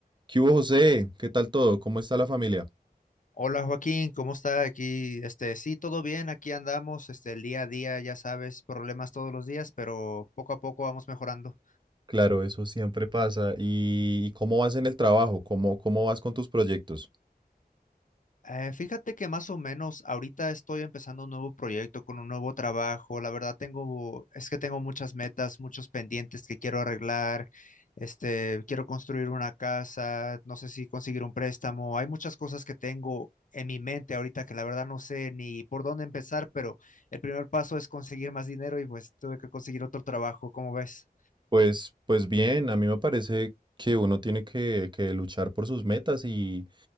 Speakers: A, on the right; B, on the left.
A: ¿Qué hubo, José? ¿Qué tal todo? ¿Cómo está la familia?
B: Hola Joaquín, ¿cómo está aquí? Este, sí, todo bien, aquí andamos, este, el día a día, ya sabes, problemas todos los días, pero poco a poco vamos mejorando.
A: Claro, eso siempre pasa. ¿Y y cómo vas en el trabajo? ¿Cómo, cómo vas con tus proyectos?
B: Eh, fíjate que más o menos ahorita estoy empezando un nuevo proyecto con un nuevo trabajo. La verdad tengo, es que tengo muchas metas, muchos pendientes que quiero arreglar. Este, quiero construir una casa, no sé si conseguir un préstamo. Hay muchas cosas que tengo en mi mente ahorita que la verdad no sé ni por dónde empezar, pero el primer paso es conseguir más dinero y pues tuve que conseguir otro trabajo. ¿Cómo ves?
A: Pues, pues bien, a mí me parece que uno tiene que, que luchar por sus metas y,